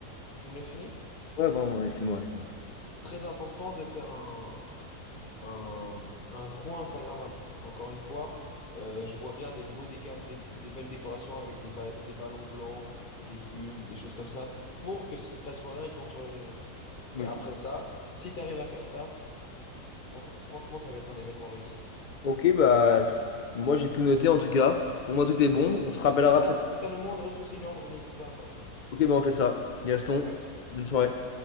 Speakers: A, on the left (about 30°); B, on the left (about 80°).
A: Tu me laisses finir?
B: ouais, pardon, excuse-moi, excuse-moi.
A: Très important de faire un, un, un coin Instagrammable. Encore une fois, euh, je vois bien des beaux déca- des, des belles décorations avec des, ba- des ballons blancs, euh, des plumes, des choses comme ça, pour que c- ta soirée, elle tourne sur les réseaux.
B: Ok,
A: Et après ça, si tu arrives à faire ça, for- franchement, ça va être un événement réussi.
B: Ok, bah, moi, j'ai tout noté, en tout cas. Pour moi, tout est bon. On se rappellera
A: Si tu
B: après
A: as, si t'as le moindre souci, Léandre, n'hésite pas à m'appeler.
B: Ok, bah, on fait ça. Gaston,
A: Ouais.
B: bonne soirée.